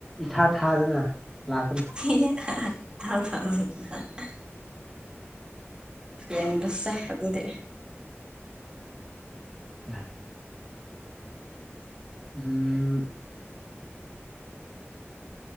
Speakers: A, in the centre; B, on the right.
A: ꯊꯥ ꯊꯥꯗꯅ ꯂꯥꯛꯀꯅꯤ
B: ꯊ ꯊ <unintelligible> ꯐꯁꯦ <unintelligible> ꯑꯗꯨꯗꯤ
A: ꯑ <inaudible> ꯎꯝ